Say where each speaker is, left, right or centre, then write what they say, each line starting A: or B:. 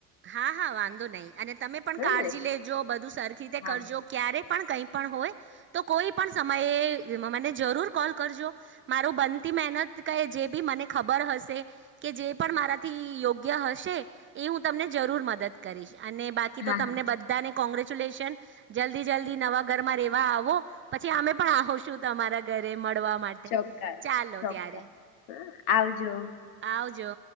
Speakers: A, on the right; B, on the left.
A: હા હા વાંધો નહી અને તમે પણ
B: હ
A: કાળજી
B: ને
A: લેજો બધું સરખી રીતે
B: હા
A: કરજો ક્યા રે પણ કઈ પણ હોય તો કોઈ પણ સમયે મને જરૂર કોલ કરજો મારું બંધ તી મહેનત કે જે બી મને ખબર હશે કે જે પણ મારાથી યોગ્ય હશે એ હું તમને જરૂર મદદ કરીશ અને બાકી
B: હા
A: તો તમને
B: હા ચો
A: બધાને કોંગ્રેચ ચ્યુલેશન જલ્દી જલ્દી નવા ઘરમાં રેવા આવો પછી અમે પણ આહોશું છું તમારા ઘરે. મળવા માટે
B: ચોક્કસ
A: ચાલો
B: ચોક્કસ
A: ત્યારે
B: હ આવજો.
A: આવ જો.